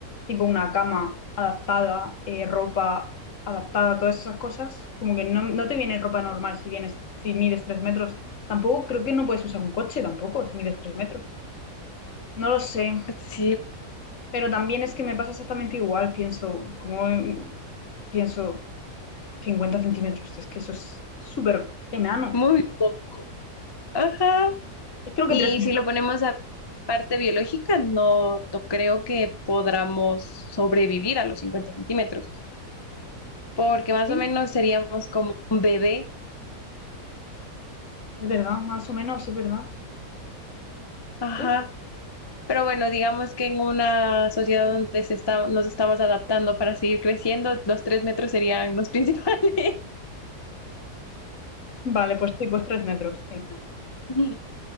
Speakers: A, on the left; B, on the left.
A: tipo una cama adaptada, eh, ropa adaptada, todas esas cosas. Como que no, no te viene ropa normal si vienes, si mides 3 metros. Tampoco creo que no puedes usar un coche tampoco si mides 3 metros. No lo sé,
B: Sí,
A: pero también es que me pasa exactamente igual, pienso, como mm, pienso 50 centímetros, es que eso es súper enano.
B: muy poco. Ajá.
A: Es creo
B: Y
A: que 3 metros,
B: si lo ponemos a parte biológica, no, no creo que podamos sobrevivir a los 50 centímetros, porque más
A: sí,
B: o menos seríamos como un bebé.
A: es verdad, más o menos, es verdad.
B: Ajá.
A: Uh,
B: Pero bueno, digamos que en una sociedad donde se está, nos estamos adaptando para seguir creciendo, los tres metros serían los principales.
A: Vale, pues sí, pues tres metros, sí.
B: <laughs>